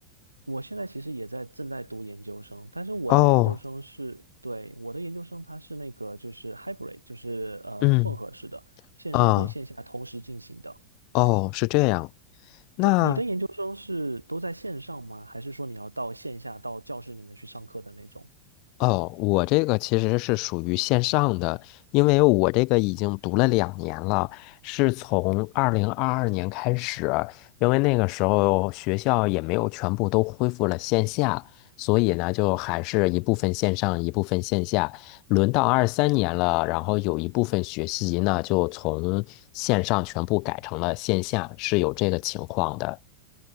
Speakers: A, on the right (about 85°); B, on the left (about 40°).
A: 我现在其实也在正在读研究生，但是我的研究生是，
B: 哦，
A: 对，我的研究生它是那个就是 hybrid，就是呃混合式的，
B: 嗯，
A: 线上跟线下同时进行的。
B: 啊，哦，
A: 对，
B: 是这样。那
A: 对，你的研究生是都在线上吗？还是说你要到线下到教室里面去上课的那种？
B: 哦，我这个其实是属于线上的，因为我这个已经读了两年了，是从二零二二年开始，因为那个时候学校也没有全部都恢复了线下，所以呢，就还是一部分线上，一部分线下。轮到二三年了，然后有一部分学习呢，就从线上全部改成了线下，是有这个情况的。